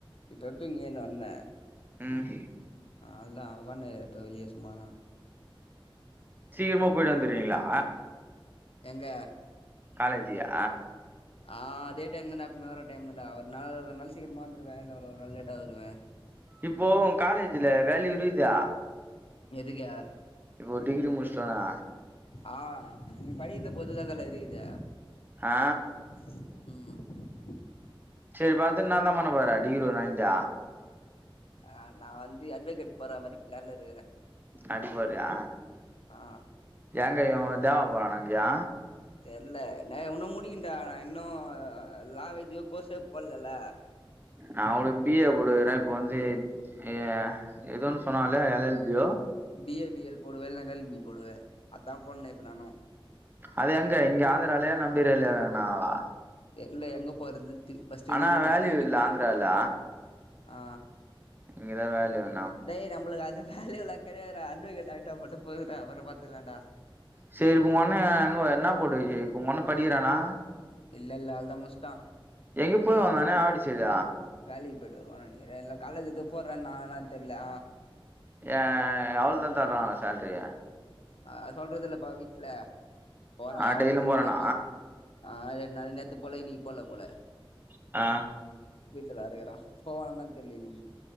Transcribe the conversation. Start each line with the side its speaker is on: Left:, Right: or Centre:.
Left: இப்ப எப்டி இங்க ஏந்து வந்த
Right: ம்
Left: ஆ அவுல்தா உகான்ட்ருக்க இப்ப வெளிய சும்மாதா
Right: சீக்கிரமா போயிட்டு வந்துருவீங்களா
Left: எங்க
Right: காலேஜியா
Left: ஆ அதே டைம் தாண்டா எப்பமே வர டைம் தாண்டா ஒரு நாள் ரெண்டு நாள் சீக்கிரமா வந்துருவ இல்ல ஒரு ஒரு நாள் லேட்டா வருவ
Right: இப்போ காலேஜில வேல்யூ இருக்குது
Left: எதுக்கே
Right: இப்போ டிகிரி முஷ்டோனா
Left: ஆ நீ படிக்கறத பொறுத்து தா தல இருக்குது
Right: ஆ
Left: ம்
Right: சேரி இப்போ அடுத்துனால்லா பண்ண போற டிகிரி ஒன்னு வாங்கிட்டு
Left: ஆ நா வந்து அட்வகேட் போற மாரி பிளான்ல இருக்கற
Right: அப்டி போறியா
Left: ஆ
Right: எங்க இவே தேவா போறானே அங்கயா
Left: தெர்ல டேய் உன்னு முடிக்கன்டா நா இன்னு லா வே இது கோர்ஸே போட்லல்ல
Right: நா கூடோ பி ஏ போட்டுக்குற இப்ப வந்து எ எதோ ஒன்னு சொன்னாங்களே எல் எல் பி யோ
Left: பி ஏ பி எல் போடுவ இல்லன்னா எல் எல் பி போடுவ அதான போட்னௌ இப்ப நானு
Right: அது எங்க இங்க ஆந்திராலயா நம்ப ஏறியாலா ஏங்கனாவா
Left: தெர்ல எங்க போறது இன்ட்டு ஃபர்ஸ்ட்
Right: ஆனா
Left: இந்த மூணு
Right: வேல்யூ
Left: வர்ஷோ மூடிப்போ
Right: இல்ல ஆந்திரால
Left: ஆ
Right: இங்கதா வேலயே அவுன்
Left: டேய் நம்பளுக்கு அது வேல்யூல்லா கெடையாது அட்வகேட் ஆயிட்டா மட்டு போது டா அப்றோ பாத்துக்லான்டா
Right: சேரி இப்ப உங்க அண்ணே எங்க என்ன போட்டு உங்க அண்ணே படிக்கிறானா
Left: இல்ல இல்ல அவ்ளதா முஷ்டா
Right: எங்கியோ போயி வந்தானே ஆவடி சைடு
Left: வேலைக்கி போயிட்டு வருவான்னு நெனைக்கிறே இல்னா காலேஜி எதோ போட்றானா என்னா தெர்ல
Right: ஏயா எவ்ளோ தா தராங்க சேல்ரி
Left: அ அது சொல்றது இல்லப்பா வீட்ல போறே
Right: ஆ
Left: எவ்ள
Right: டெய்லியு
Left: எத்தாந்து
Right: போறானா
Left: குடுக்ற ஆ ரெண்டு நாள் நேத்து போல இன்னிக்கி போல போல
Right: ஆ
Left: வீட்டி தா இருக்கறா போவானா என்னனு தெர்ல இன்னிக்கி